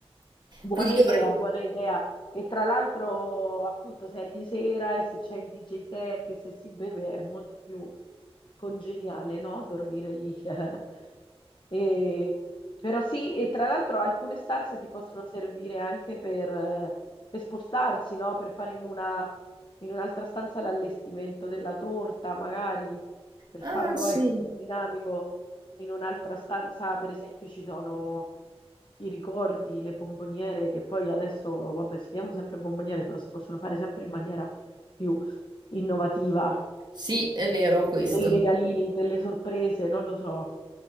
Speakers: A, on the left; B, on the right.
A: Buona
B: Quindi dovremmo...
A: idea, buona idea. E tra l'altro, appunto, se è di sera e se c'è il DJ set e se si beve è molto più congeniale, no? Dormire lì. <laughs> E- però sì, e tra l'altro alcune stanze ti possono servire anche per, eh, per spostarsi, no? Per fare in una, in un'altra stanza l'allestimento della torta, magari, per
B: Ah,
A: farlo,
B: sì.
A: ecco, più dinamico in un'altra stanza, per esempio, ci sono i ricordi, le bomboniere, che poi adesso, vabbè, si chiamano sempre bomboniere, però si possono fare sempre in maniera più innovativa,
B: Sì, è vero questo.
A: dei regalini, delle sorprese, non lo so,